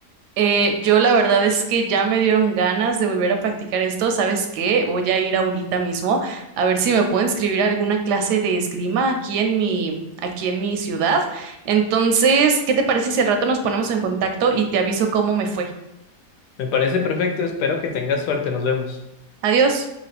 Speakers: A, on the right; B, on the left.
A: Eh, yo la verdad es que ya me dieron ganas de volver a practicar esto. ¿Sabes qué? Voy a ir ahorita mismo a ver si me puedo inscribir a alguna clase de esgrima aquí en mi, aquí en mi ciudad. Entonces, ¿qué te parece si al rato nos ponemos en contacto y te aviso cómo me fue?
B: Me parece perfecto, espero que tengas suerte, nos vemos.
A: Adiós.